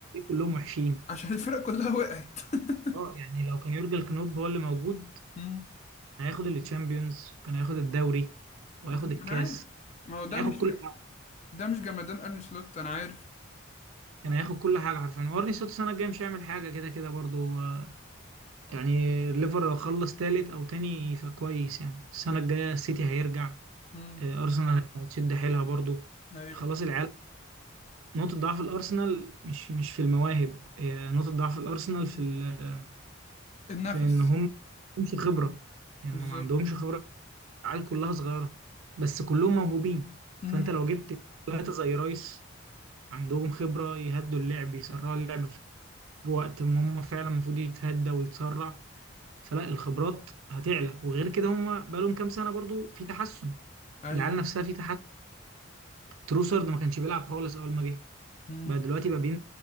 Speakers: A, on the right; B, on the left.
A: كلهم وحشين
B: عشان <laughs> الفرق كلها وقعت <laughs>
A: اه يعني لو كان يورجن كلوب هو اللي موجود
B: مم.
A: كان هياخد التشامبيونز كان هياخد الدوري وهياخد
B: مم.
A: الكاس
B: ما انا عارف ما هو ده
A: كان هياخد
B: مش من...
A: كل
B: ده مش جمدان ارني سلوت انا عارف
A: كان هياخد كل حاجه حرفيا وارني سلوت السنه الجايه مش هيعمل حاجه كده كده برضو آه، يعني الليفر لو خلص تالت او تاني فكويس يعني السنه الجايه السيتي هيرجع
B: مم.
A: آه، ارسنال هتشد حيلها برضو
B: ايوه
A: خلاص العيال نقطه ضعف الارسنال مش مش في المواهب هي نقطه ضعف الارسنال في ال-
B: النفس
A: في ان هم ما عندهمش خبره يعني
B: بالظبط
A: ما عندهمش خبره العيال كلها صغيره بس كلهم موهوبين
B: مم.
A: فانت لو جبت ثلاثه زي رايس عندهم خبره يهدوا اللعب يسرعوا اللعب بوقت ما هم فعلا المفروض يتهدى ويتسرع فلا الخبرات هتعلى وغير كده هم بقالهم كام سنه برضو في تحسن
B: ايوه
A: العيال نفسها في تحسن تروسرد ما كانش بيلعب خالص اول ما جه
B: مم.
A: بقى دلوقتي بقى بين